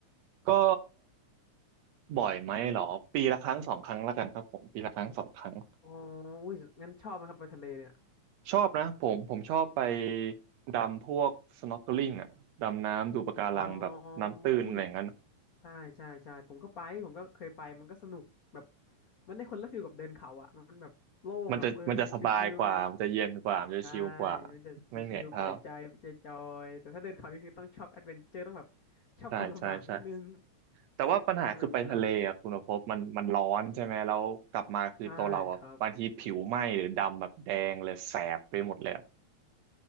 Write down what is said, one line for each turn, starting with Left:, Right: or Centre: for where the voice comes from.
Right: ก็บ่อยไหมเหรอปีละครั้งสองครั้งละกันครับผมปีละครั้งสองครั้ง
Left: อ๋ออุ้ยงั้นชอบไหมครับไปทะเลเนี่ย
Right: ชอบนะผมผมชอบไปดำพวก snorkeling อ่ะดำน้ำดูปะการังแบบน้ำตื้นอะไรอย่างนั้น
Left: อ๋ออุ้ย ใช่ใช่ใช่ผมก็ไปผมก็เคยไปมันก็สนุกแบบมันได้คนละฟิลกับเดินเขาอ่ะมันแบบโล่งแบบเออมันชิว
Right: มันจะมันจะสบายกว่ามันจะเย็นกว่ามันจะชิลกว่า
Left: ๆใช่มันจะชิวๆปล่อยใจใจจอยๆแต่ถ้าเดินเขานี่คือต้องชอบแอดเวนเจอร์ต้องแบบ
Right: ไม่เหนื่อยเท้า
Left: ชอบความลำบากนิดนึง
Right: ใช่ใช่ใช่แต่ว่าปัญหาคือไปทะเลอ่ะคุณภพมันมันร้อนใช่ไหมแล้วกลับมาคือตัวเราอ่ะบางทีผิวไหม้หรือดำแบบแดงเลยแสบไปหมดเลย
Left: แต่แบบอ่ะใช่ครับ